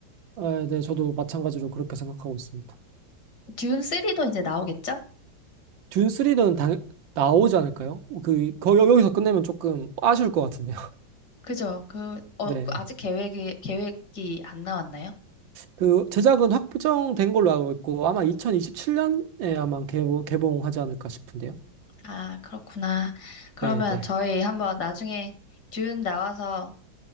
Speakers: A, on the right (about 75°); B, on the left (about 55°).
A: 아, 네, 저도 마찬가지로 그렇게 생각하고 있습니다.
B: 듄 3도 이제 나오겠죠?
A: 듄 3는 당 나오지 않을까요? 그 거, 여- 여기서 끝내면 조금 아쉬울 것 같은데요. <laughs>
B: 그죠? 그, 어,
A: 네.
B: 그 아직 계획이, 계획이 안 나왔나요?
A: 그 제작은 확정된 걸로 알고 있고 아마 2027년에 아마 개봉, 개봉하지 않을까 싶은데요.
B: 아, 그렇구나. 그러면
A: 네, 네.
B: 저희 한번 나중에 듄 나와서,